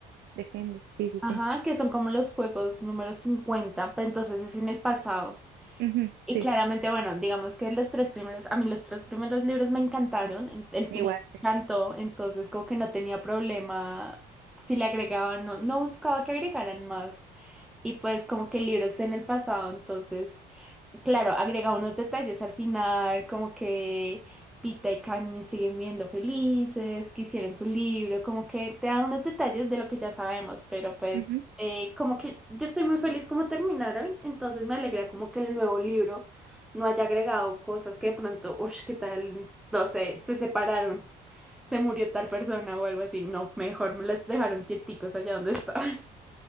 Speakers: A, on the right; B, in the centre.
A: De Hamish, sí, sí,
B: Ajá,
A: sí.
B: que son como los juegos número 50 pero entonces es en el pasado.
A: Ujú,
B: Y
A: sí,
B: claramente, bueno, digamos que los tres primeros, a mí los tres primeros libros me encantaron, en- el final
A: igual,
B: me
A: sí.
B: encantó, entonces como que no tenía problema si le agregaban, no, no buscaba que agregaran más y pues como que el libro está en el pasado, entonces, claro, agrega unos detalles al final, como que Pita y Canny siguen viendo felices, que hicieron su libro, como que te da unos detalles de lo que ya sabemos, pero pues
A: Ujú.
B: eh, como que yo estoy muy feliz como terminaron, entonces me alegra como que el nuevo libro no haya agregado cosas que de pronto, uff, qué tal, no sé, se separaron, se murió tal persona o algo así, no, mejor me las dejaron quieticos allá donde estaban.